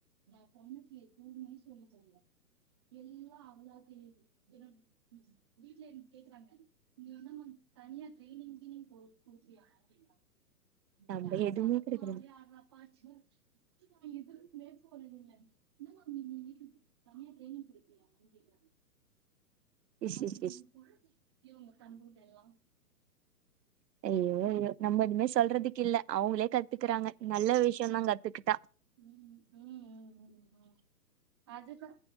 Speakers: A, on the right; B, on the right.
A: எ பொண்ணுக்கு எதுவ்மே சொல்லி தர்ல எல்லா அவளா தெரியிது என வீட்ல என்ன கேக்குறாங்க நீ என்னமா தனியா ட்ரெய்னிங் கீனிங் போ குடுக்குறியா அப்டிங்குறாங்க
B: நம்ம
A: டான்ஸ்
B: எதுவுமே
A: ஆர்றது
B: கெடைக்கிறது
A: அவளே ஆட்றா பாச்ச நா எதுவ்மே போறதில்ல என்னமா நீ வீட்ல தனியா ட்ரெய்னிங் குடுக்குறியாமான் கேக்குறாங்க
B: இஷ்
A: அப்டி
B: இஷ் இஷ்
A: இருக்கு இவுங்க பண்றதெல்லா
B: ஐயோ ஐயோ நம்ம எதுமே சொல்றதுக்கில்ல அவுங்களே கத் துக்குறாங்க நல்ல
A: ம்
B: விஷ்யந்தா கத்துக்கிட்டா
A: ம் ம் ம் ம் ம் அதுதா